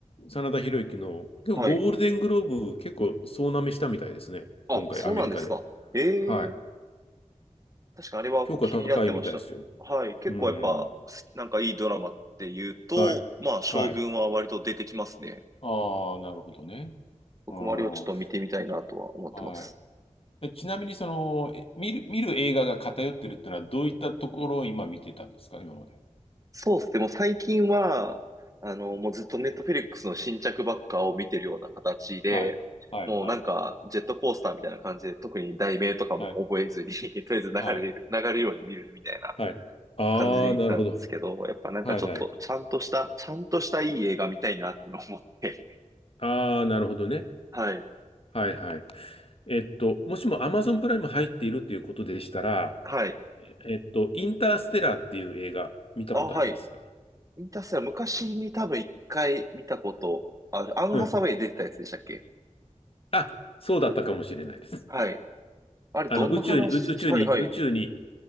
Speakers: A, on the left; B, on the right.
A: 真田広之の、結構ゴールデングローブ結構総なめしたみたいですね。
B: はい。あ、
A: 今回、
B: そうなんですか。
A: アメリカで。
B: え
A: はい。
B: え確かにあれは気になってました。
A: 評価高いみたいですよ。
B: はい。結構やっぱ、
A: うん。
B: すなんかいいドラマっていうと、
A: はい。
B: まあ、将軍は割と出てきますね。
A: はい。ああ、なるほどね。
B: 僕もあれをちょっと見てみたいなとは思ってます。
A: あーはい。えちなみに、その、え見る、見る映画が偏ってるってのは、どういったところを今見てたんですか、今まで
B: そうですね。もう最近は、あの、もうずっとネットフェリックスの新着ばっかを見てるような形で、
A: は。はい。はい、
B: もうなんか、
A: はい、
B: ジェットコースターみたいな感じで、特に題名とかも覚えずに
A: はい、
B: <laughs> とりあえず流れる、
A: はい。
B: 流れるように見るみたいな
A: はい。ああ、
B: 感じで見てたんですけど、
A: なるほど。
B: やっぱなんかちょっと、
A: はいはい。
B: ちゃんとした、ちゃんとしたいい映画見たいなってのを思って、
A: ああ、なるほどね。
B: はい。
A: はいはい。えっと、もしも Amazon プライム入っているっていうことでしたら、
B: はい。
A: えっと、インターステラーっていう映画見たことありますか
B: あ、はい。インターステラー、昔に多分一回見たことある。アン・
A: うん。
B: ハサウェイ出てたやつでしたっけ
A: あ、そうだったかもしれないです。
B: はい。あれ、
A: あの、
B: どんな話ですはい、
A: 宇宙に、宇宙宇宙に、
B: はい。
A: 宇宙に、